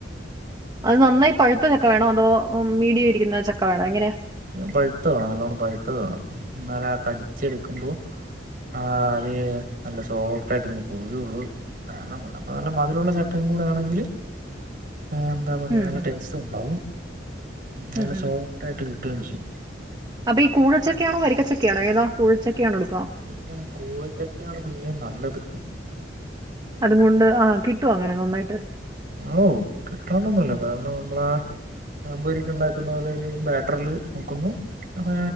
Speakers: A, on the right (about 20°); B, on the right (about 50°).
A: അത് നന്നായി പഴുത്ത ചക്ക വേണോ അതോ മീടി ഇരിക്കുന്ന ചക്ക വേണോ എങ്ങനെ
B: പഴുത്ത വേണം നല്ലോണ്ണം പഴുത്തത് വേണം എന്നാല ആ കടിച്ചെടുക്കുമ്പോ ആഹ് അത് നല്ല സോഫ്റ്റ് ആയിട്ട് ഇങ് പ പോരുള്ളു. കണം അപ്പോ നല്ല മധുരമുള്ള ചക്കയും കൂടെ ആണെങ്കിൽ ആം എന്താ പറയുക
A: ഉം
B: നല്ല
A: ഉം
B: ടേസ്റ്റും ഉണ്ടാവും നല്ല
A: ഉം ഉം
B: സോഫ്റ്റായിട്ട് കിട്ടുകയും ചെയ്യും.
A: അപ്പൊ ഈ കുഴച്ചക്കണോ വരിക്കച്ചക്ക ആണോ ഏതാ കുഴച്ചക്കണോ എടുക്കുക.
B: പിന്നെ കൂഴച്ചക്കയാണ് പിന്നെയ നല്ലത്.
A: അതും കൊണ്ട് ആഹ് കിട്ടുവ അങ്ങനെ നന്നായിട്ട്.
B: ഓഹ് കിട്ടാണ്ടന്നുമല്ലേ കാരണം നമ്മളെ പഴ പൊരിക്ക് ഉണ്ടാക്കുന്ന പോലെ ഒരു ബാറ്ററിൽ മുക്കുമ്പോ അത്